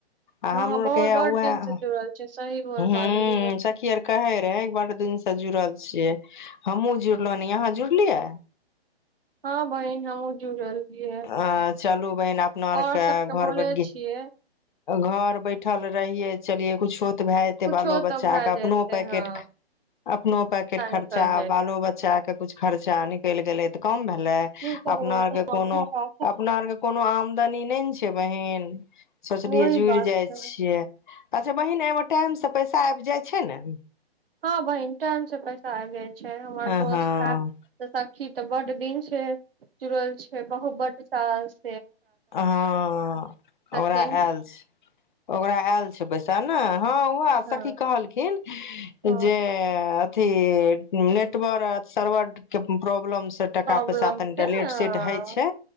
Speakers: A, on the left; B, on the right.
A: आ
B: हँ
A: हमरो
B: बहुत
A: आरके
B: बड
A: उएह
B: दिन से जुड़ल छै सही बोल
A: हूँ
B: बाजलियै
A: सखी आर कहै रहै बड्ड दिन सँ जुड़ल छियै हमहूँ जुड़लहूँ हन अहाँ जुड़लियै
B: हाँ बहिन हम हमहूँ जुड़ल हियै
A: <unintelligible> चलू बहिन अपना आर
B: और
A: के
B: सबके
A: घर
B: बोले
A: बड्डी
B: छियै
A: घर बैठल रहियै चलिये कुछो तऽ भए जेतै
B: कुछो
A: बालो बच्चा
B: तऽ भए
A: के अपनो
B: जेतै
A: पैकेट
B: हँ
A: अपनो पैकेट खर्चा
B: निकल जाय
A: बालो बच्चाके कुछ खर्चा निकलि गेलै तऽ कम भए लाए
B: की करबै
A: अपना आरके कोनो अपना आरके कोनो आमदनी नहि ने छै बहिन सोचलियै
B: ओहि
A: जुड़ि
B: बात
A: जाइ
B: छै
A: छियै अच्छा बहिन एहिमे टाइमसँ पैसा आबि जाइ छै ने
B: हँ बहिन टाइम से पैसा आबि जाय छै हमर
A: हँ
B: दोस्त
A: हँ
B: छी तऽ बड्ड दिन से जुड़ल छै बहुत बड्ड त
A: हँ
B: छथिन
A: ओकरा आयल छै ओकरा आयल छै पैस त नइ हँ उह
B: हँ
A: सखी कहलखिन
B: हँ
A: जे से नेटवर् सर्वर के प्रॉब्लम टाका
B: प्रॉब्लम
A: पैसा तनिटा
B: छै
A: लेट
B: हँ
A: सेेट होइ छै